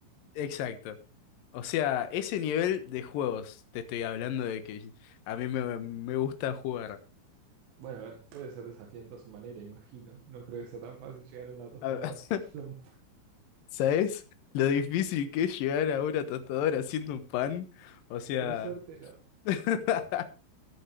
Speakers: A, on the left; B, on the right.
A: Exacto. O sea, ese nivel de juegos te estoy hablando de que a mí me, me gusta jugar.
B: Bueno, a ver, puede ser desafiante a su manera, imagino. No creo que sea tan fácil llegar a una tostadora
A: A-
B: haciendo.
A: <laughs> ¿Sabes? Lo difícil que es llegar a una tostadora haciendo un pan.
B: <laughs>
A: O sea.
B: Por suerte, no.
A: <laughs>